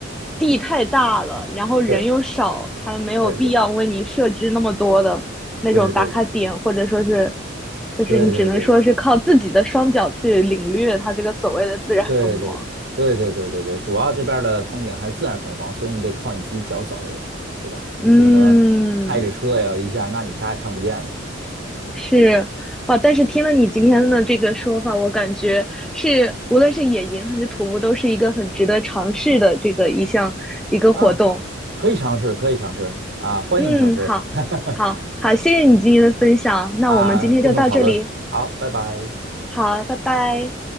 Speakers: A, in the centre; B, on the right.
A: 地太大了，然后人又少，
B: 对
A: 他没有必要为你设置那么多的那种打卡点，
B: 对对，对对对
A: 或者说是，就是你只能说是靠自己的双脚去领略它这个所谓的自然风光。
B: 对对对对对对对对对对对对，主要这边儿的风景还是自然风光，所以你得靠你自己脚走，对吧？
A: 嗯，
B: 你不可能开着车呀一下，那你啥也看不见了
A: 是哇，但是听了你今天的这个说法，我感觉是无论是野营还是徒步，都是一个很值得尝试的这个一项一个活动。
B: 啊！可以尝试，可以尝试啊，欢迎尝试，
A: 嗯，好，
B: <laughs>
A: 好，好，谢谢你今天的分享，那我们今天就到这里，
B: 啊，共同讨论，好，拜拜。
A: 好，拜拜。